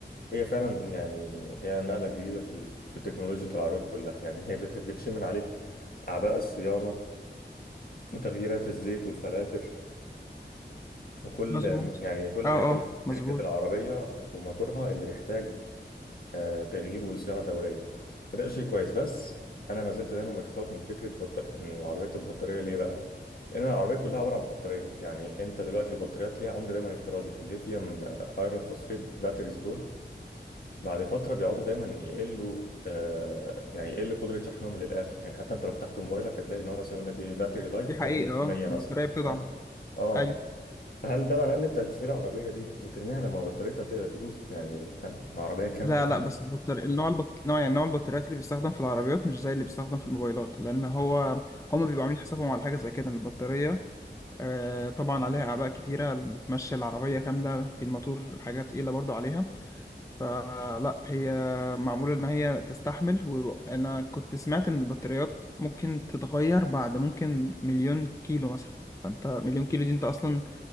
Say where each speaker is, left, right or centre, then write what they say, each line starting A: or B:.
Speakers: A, on the left; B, on the left.
A: هي فعلا يعني هي النقله الجديده في ال... في تكنولوجيا العربيات كلها يعني هي بت... بتشيل من عليك اعباء الصيانه وتغييرات الزيت والفلاتر وكل
B: مظبوط
A: يعني كل الحاجات
B: اه
A: اللي
B: اه
A: في ميكانيكا
B: مظبوط
A: العربيه وموتورها اللي بيحتاج آه، تغيير وصيانه دوريه وده شيء كويس بس انا ما زلت دايما متخوف من فكره بط... ان العربيه تبقى بطاريه ليه بقى لان العربيه كلها عباره عن بطاريه يعني انت دلوقتي البطاريات ليها عمر دايما افتراضي الليثيوم آه، ايرون فوسفيت باتريز دول بعد فتره بيقعدوا دايما يقلوا آه يعني يقل قدره شحنهم للاخر يعني حتى انت لو فتحت موبايلك هتلاقي ان هو مثلا يقول لك ايه باتري لايف
B: دي حقيقه
A: 80%
B: اه
A: مثلا
B: البطاريه بتضعف
A: فاهم اه
B: ايوه
A: هل ده معناه ان انت هتشتري عربيه دي وترميها لما بطاريتها ت- تبوظ يعني فاهم عربيه كامله
B: لا
A: فاهم
B: لا بس البطارية النوع البط... نوع يعني نوع البطاريات اللي بيستخدم في العربيات مش زي اللي بيستخدم في الموبايلات لان هو هما بيبقوا عاملين حسابهم على حاجه زي كده ان البطاريه آه، طبعا عليها أعباء كتيرة بتمشي العربية كاملة في الماتور حاجات تقيلة برضو عليها فلا هي معمولة إن هي تستحمل وأنا كنت سمعت إن البطاريات ممكن تتغير بعد ممكن مليون كيلو مثلا فأنت مليون كيلو دي أنت أصلا